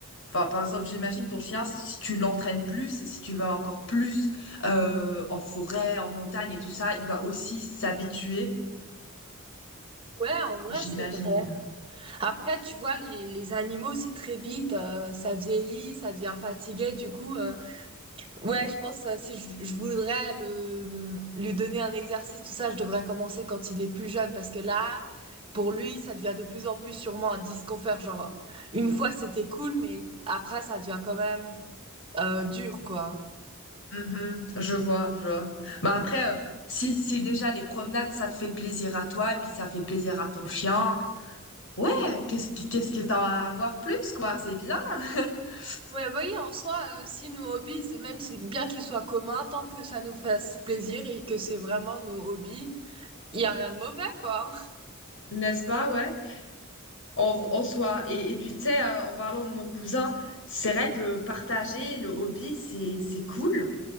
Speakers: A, on the left; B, on the right.
A: Enfin, par exemple, j'imagine ton chien, si tu l'entraînes plus, si tu vas encore plus euh, en forêt, en montagne et tout ça, il va aussi s'habituer,
B: Ouais, en vrai,
A: j'imagine.
B: c'est vrai. Après, tu vois, les, les animaux aussi très vite, euh, ça vieillit, ça devient fatigué. Du coup, euh, ouais, je pense euh, si je, je voudrais le, lui donner un exercice, tout ça, je devrais commencer quand il est plus jeune, parce que là, pour lui, ça devient de plus en plus sûrement un disconfort. Genre, une fois c'était cool, mais après, ça devient quand même euh, dur, quoi.
A: Mhm, je vois, je vois. Bah après, euh, si, si déjà les promenades, ça te fait plaisir à toi, et puis ça fait plaisir à ton chien, Ouais, qu'est-ce que qu'est-ce que t'en as à voir plus, quoi? C'est bien. <laughs>
B: Ouais, bah oui, en soi, euh, si nos hobbies, c'est- même si bien qu'ils soient communs, tant que ça nous fasse plaisir et que c'est vraiment nos hobbies, il y a rien de mauvais, quoi.
A: N'est-ce pas, ouais? En, en soi. Et, et puis, tu sais, euh, en parlant de mon cousin, c'est vrai que partager le hobby, c'est, c'est cool.